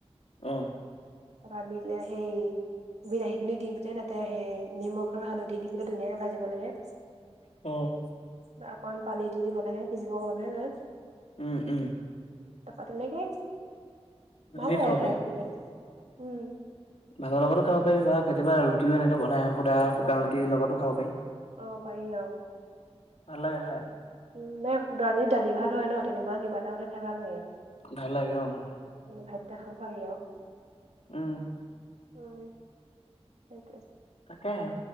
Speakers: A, on the left (about 75°); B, on the right (about 80°).
A: অ!
B: তাৰপা বিলাহী বিলাহী খিনি দি পেলাই তাতে সেই নিমখ আৰু হালধি দি পেলাই ধুনীয়াকে ভাজিব লাগে।
A: অ।
B: বা অকমান পানী দি দিব লাগে, সিজিবৰ বাবে হ।
A: উম, উম।
B: তাৰপা তেনেকে,
A: এনেকে
B: ভাল লাগে
A: খাব পাৰি।
B: খাই পেলাই। উম
A: ভাতৰ লগতো খাব পাৰি বা কেতিয়াবা ৰুটিও এনেকে বনাই আ সুদা
B: অ
A: শুকান ৰুটিৰ লগতো খাব পাৰি।
B: অ পাৰি অ
A: ভাল লাগে খাই।
B: উ, নাই দালি দালি ভাত হয় ন তেনেকুৱা কিবা এটা হ'লে খাই ভাল লাগে।
A: ভাল লাগে, অ উ।
B: মানে ভাতকেইটা খাব পাৰি আৰু।
A: উম।
B: উম সেইটোয়ে
A: তাকেহে।